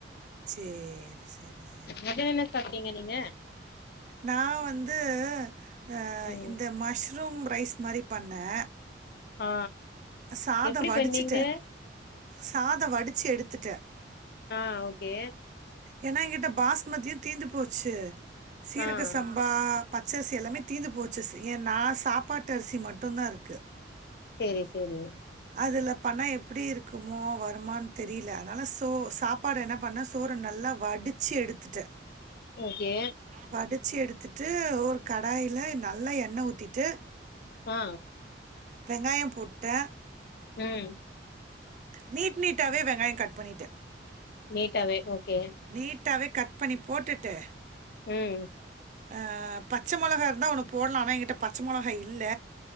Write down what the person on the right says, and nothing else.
சேரி சேரி சேர்
நா வந்து அ
இந்த மஷ் ரூம் ரைஸ் மாரி பண்ணே
சாத
வடிச்சுட்டே
சாத வடிச்சு எடுத்துட்டே
ஏனா எங்கிட்ட பாஸ்மதியு தீந்து போச்சு சீரக
சம்பா பச்சரிசி எல்லாமே தீந்து போச்சு சு ஏனா சாப்பாட்டு அரிசி மட்டுந்தா இருக்கு
அதுல பண்ணா எப்டி இருக்குமோ வருமான் தெரியல அதனால சோ சாப்பாட என்ன பண்ணே சோற நல்லா வடிச்சு எடுத்துட்டே
வடிச்சு எடுத்துட்டு ஒரு கடாயில நல்ல எண்ணெ ஊத்திட்டு
வெங்காய போட்டே
நீட் நீட்டாவே வெங்காய கட் பண்ணிட்டே
நீட்டாவே கட் பண்ணி போட்டுட்டு
அ பச்ச மொளகா இருந்தா ஒன்னு போட்லா ஆனா எங்கிட்ட பச்ச மொளகா இல்ல